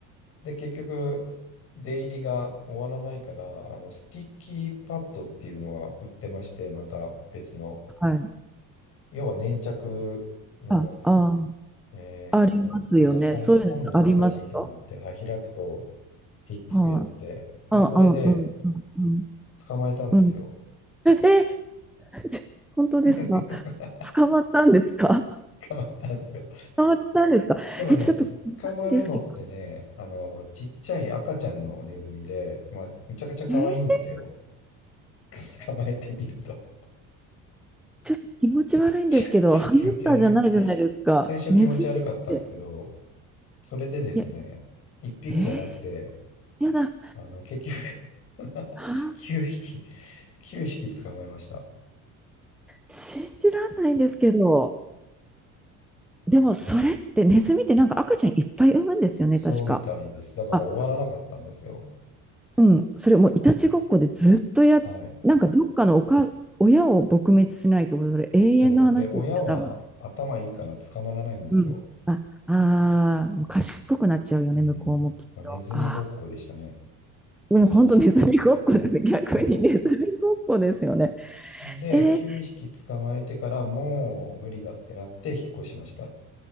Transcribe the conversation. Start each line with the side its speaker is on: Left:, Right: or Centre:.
Left: で、結局、出入りが終わらないから、あの、スティッキーパッドっていうのが売ってまして、また別の。
Centre: はい。
Left: 要は粘着の、
Centre: あ、あ、
Left: えー、
Centre: ありますよね。
Left: なんか本、
Centre: そういうのありますよ。
Left: 本の形みたいになって、はい、開くとひっつくやつで、
Centre: はい。
Left: で、
Centre: あ、
Left: それで
Centre: あ、うん、うん、うん、
Left: 捕まえたんですよ。
Centre: うん。え、え、ち本当ですか
Left: <laughs> 捕
Centre: 捕まったんですか
Left: まったんですよ。
Centre: 捕まったんですかえ、
Left: でもね、
Centre: ちょっと怖いんですけど。
Left: 捕まるのってね、あの、ちっちゃい赤ちゃんのネズミで、まあ、めちゃくちゃ可愛いんですよ。
Centre: え
Left: <laughs> 捕まえてみると。
Centre: ちょっと気持ち悪いんですけど、
Left: ちょっと気持ち悪い。
Centre: ハムスターじゃないじゃないですか。
Left: 最初気持ち悪かったんですけど、
Centre: ネズミって。
Left: それでですね、
Centre: いや、
Left: 1匹じゃなくて、
Centre: えー、やだ。は
Left: あの、結局 <laughs>
Centre: あ、
Left: 9匹、9匹捕まえました。
Centre: 信じらんないんですけど。でも、それって、ネズミってなんか赤ちゃんいっぱい産むんですよね、
Left: そうみたいです。
Centre: 確か。
Left: だから終わらなかったんですよ。
Centre: あ、うん。それもういたちごっこでずっとや、
Left: はい。
Centre: なんかどっかのおか、親を撲滅しないと、それ永遠の話ですよ、
Left: そう。で、親は頭いいから捕まらないんですよ。
Centre: 多分。うん。あ、あー、賢くなっちゃうよね、
Left: うん。
Centre: 向こうもきっと。
Left: ネズミごっこでしたね。
Centre: あー、もう本当ネズミごっこですね。
Left: イタチごっこじゃなくて。
Centre: 逆にネズミごっこですよね。
Left: そう。で、
Centre: えー、
Left: 9匹捕まえてからもう無理だってなって引っ越しました。